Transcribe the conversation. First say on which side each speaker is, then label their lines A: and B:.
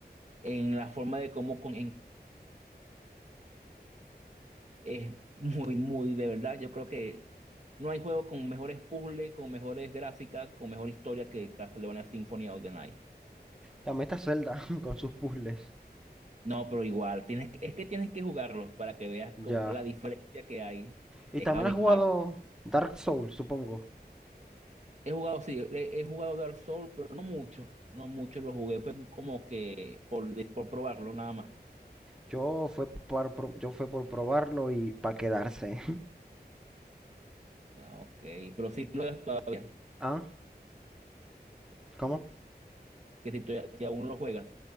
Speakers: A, on the right; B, in the centre.
A: en la forma de cómo con- es muy, muy de verdad. Yo creo que no hay juego con mejores puzzles, con mejores gráficas, con mejor historia que Castlevania Symphony of the Night.
B: También está Zelda <laughs> con sus puzzles.
A: No, pero igual, tienes, que- es que tienes que jugarlos para que veas
B: Ya.
A: como la diferencia que hay.
B: Y
A: Es
B: también
A: abismal.
B: has jugado Dark Souls, supongo.
A: He jugado, sí, he, he jugado Dark Souls, pero no mucho. No mucho lo jugué. Fue como que por, por probarlo nada más.
B: Yo fue por, pro- yo fue por probarlo y para quedarse.
A: Ah, ok. Pero sí lo juegas todavía.
B: <laughs> ¿Ah? ¿Cómo?
A: Que si, tú- si aún lo juegas.